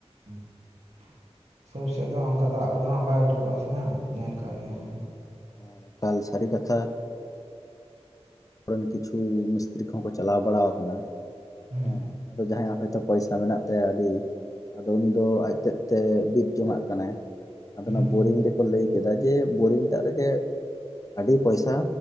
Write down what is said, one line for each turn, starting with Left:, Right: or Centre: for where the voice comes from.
Right: <inaudible> ᱥᱟᱹᱵ ᱥᱮᱫ ᱫᱚ ᱚᱱᱠᱟ ᱫᱟᱜ ᱠᱚᱫᱚ ᱦᱟᱸᱜ ᱵᱟᱭ ᱩᱰᱩᱠᱚᱜᱼᱟ ᱥᱮ ᱦᱜ ᱧᱮᱞ ᱠᱟᱜ ᱜᱮᱭᱟ ᱵᱮᱱ ᱦᱟᱜ᱾
Left: ᱮᱠᱟᱞ ᱥᱟᱹᱨᱤ ᱠᱟᱛᱷᱟ᱾ ᱟᱵᱚᱨᱮᱱ ᱠᱤᱪᱷᱩ ᱢᱤᱥᱛᱨᱤ ᱠᱚᱦᱚᱸ ᱠᱚ ᱪᱟᱞᱟᱣ ᱵᱟᱲᱟᱣ ᱟᱠᱟᱱᱟ᱾
Right: ᱦᱩᱸ
Left: ᱦᱮᱸ ᱟᱫᱚ ᱡᱟᱦᱟᱸᱭᱟᱜ ᱦᱚᱭᱛᱚ ᱯᱚᱭᱥᱟ ᱢᱮᱱᱟᱜ ᱛᱟᱭᱟ ᱟᱹᱰᱤ ᱟᱫᱚ ᱩᱱᱤ ᱫᱚ ᱟᱡᱛᱮᱫ ᱛᱮ ᱵᱤᱫ ᱡᱚᱱᱟᱜ ᱠᱟᱱᱟᱭ ᱟᱫᱚ
Right: ᱦᱩᱸ
Left: ᱚᱱᱟ ᱵᱳᱨᱤᱝ ᱨᱮᱠᱚ ᱞᱟᱹᱭ ᱠᱮᱫᱟ ᱡᱮ ᱵᱳᱨᱤᱝ ᱫᱟᱜ ᱨᱮᱜᱮ ᱟᱹᱰᱤ ᱯᱚᱭᱥᱟ